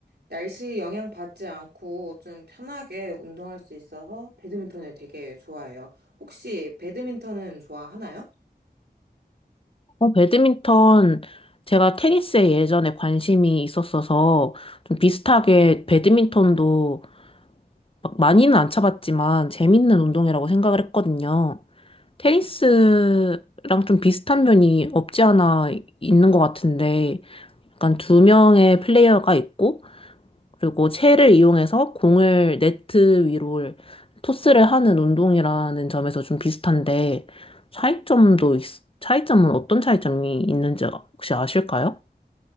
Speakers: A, on the right (about 75°); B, on the left (about 35°).
A: 날씨 영향 받지 않고 좀 편하게 운동할 수 있어서 배드민턴을 되게 좋아해요. 혹시 배드민턴은 좋아하나요?
B: 어, 배드민턴 제가 테니스에 예전에 관심이 있었어서 좀 비슷하게 배드민턴도 막 많이는 안 쳐봤지만 재밌는 운동이라고 생각을 했거든요. 테니스랑 좀 비슷한 면이 없지 않아 있는 것 같은데 약간 두 명의 플레이어가 있고 그리고 체를 이용해서 공을 네트 위로 토스를 하는 운동이라는 점에서 좀 비슷한데 차이점도 있, 차이점은 어떤 차이점이 있는지 혹시 아실까요?